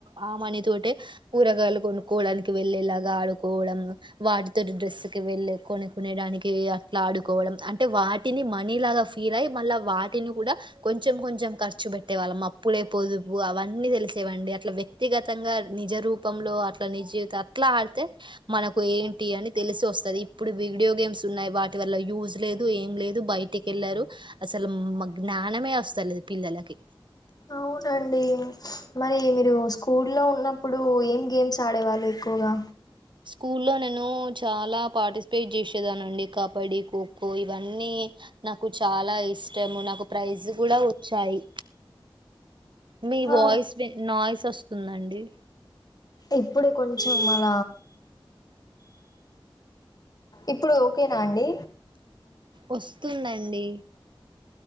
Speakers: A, on the right (about 60°); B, on the left (about 45°).
A: ఆ మనీ తోటే కూరగాయలు కొనుక్కోడానికి వెళ్ళేలాగా ఆడుకోవడం, వాటితో డ్రెస్సుకి వెళ్ళే కొనుకునేడానికి అట్లాడుకోడం అంటే వాటిని మనీ లాగా ఫీల్ అయ్ మళ్ళీ వాటి టిన్ను కూడా కొంచెం కొంచెం ఖర్చు బెట్టేవాళ్ళం అప్పుడే పొదుపు అవన్నీ దెలిసేవండి అట్లవే వ్యక్తిగతంగా నిజ రూపంలో అట్లా నిజీవిత అట్లా ఆడితే మనకు ఏంటి అని తెలిసి వస్తు స్తది ఇప్పుడు వీడియో గేమ్స్ ఉన్నాయి. వాటి వల్ల యూజ్ లేదు, ఏం లేదు బయటకెళ్లారు అసలు మ జ్ఞానమే అస్తలేదు పిల్లలకి
B: అవునండి మరి మీరు స్కూల్లో ఉన్నప్పుడు ఏం గేమ్స్ ఆడేవాళ్ళు ఎక్కువగా?
A: స్కూల్లో నేను చాలా పార్టిస్పేట్ జేసేదాన్నండి కబడ్డి, ఖోఖో ఇవన్నీ నాకు చాలా ఇష్టము నాకు ప్రైజ్ గూడా వచ్చాయి. మీ
B: ఆ
A: వాయిస్ బే నాయిస్ ఒస్తుందండి.
B: ఇప్పుడు కొంచెం మళ ఇప్పుడు ఓకేన అండి
A: ఒస్తుందండి